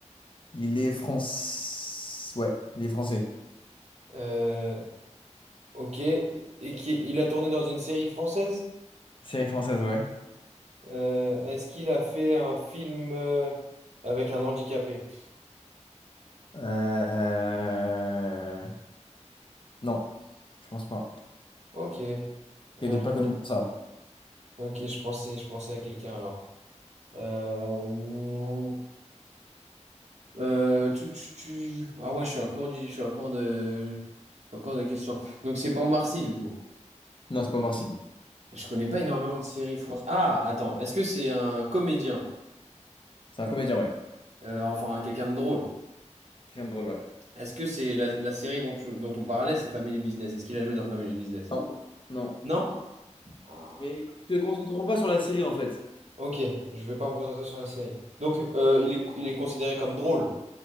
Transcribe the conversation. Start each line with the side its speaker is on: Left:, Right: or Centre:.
Left: Il est France... Ouais, il est français.
Right: Euh, ok. Et qui, il a tourné dans une série française?
Left: Série française, ouais.
Right: Euh, est-ce qu'il a fait un film euh, avec un handicapé?
Left: Euh, Non, je pense pas.
Right: Ok. Ouais, je
Left: Il est pas connu
Right: pense-
Left: pour ça.
Right: ok, je pensais, je pensais à quelqu'un alors. Euh, Euh, tu, tu, tu... Ah ouais, je suis à court du... je suis à court de... je suis à court de questions. Donc c'est pas Omar Sy, du coup.
Left: Non, c'est pas Omar Sy.
Right: Je connais pas énormément de séries françaises. Ah, attends, est-ce que c'est un comédien?
Left: C'est un comédien, ouais.
Right: Euh, enfin, quelqu'un de drôle.
Left: Quelqu'un de drôle, ouais.
Right: Est-ce que c'est la, la série dont, tu... dont on parlait, c'est Family Business? Est-ce qu'il a joué dans Family Business?
Left: Non, non.
Right: Non? Ah.
Left: Mais tu te concentres pas sur la série en fait.
Right: Ok, je vais pas me concentrer sur la série. Donc, euh, il est, il est considéré comme drôle.